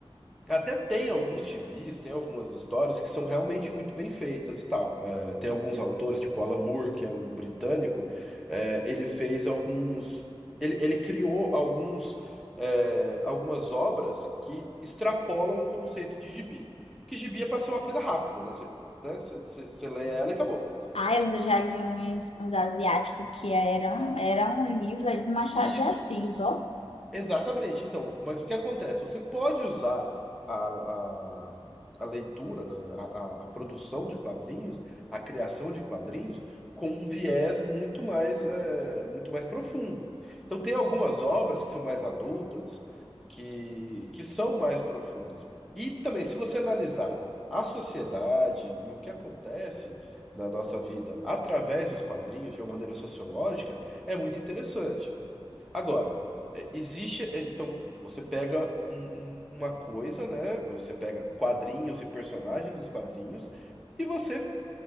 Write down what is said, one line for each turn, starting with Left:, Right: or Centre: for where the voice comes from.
Centre: Até tem alguns gibis, tem algumas histórias que são realmente muito bem feitas e tal. É, tem alguns autores, tipo Alan Moore, que é um britânico, é, ele fez alguns. Ele, ele criou alguns, é, algumas obras que extrapolam o conceito de gibi. Que gibi é para ser uma coisa rápida, né? Você, né? Você, você, você lê ela e acabou.
Left: Ai, mas eu já li uns, uns asiáticos que eram, era um livro aí do Machado
Centre: Isso.
Left: de Assis, ó.
Centre: Exatamente. Então, mas o que acontece? Você pode usar a, a, a leitura, né, a, a- a produção de quadrinhos, a criação de quadrinhos, com um viés muito mais, é, muito mais profundo. Então, tem algumas obras que são mais adultas, que, que são mais profundas. E também, se você analisar a sociedade e o que acontece na nossa vida através dos quadrinhos, de uma maneira sociológica, é muito interessante. Agora, é, existe. é, Então, você pega um- um- uma coisa, né? Você pega quadrinhos e personagens dos quadrinhos e você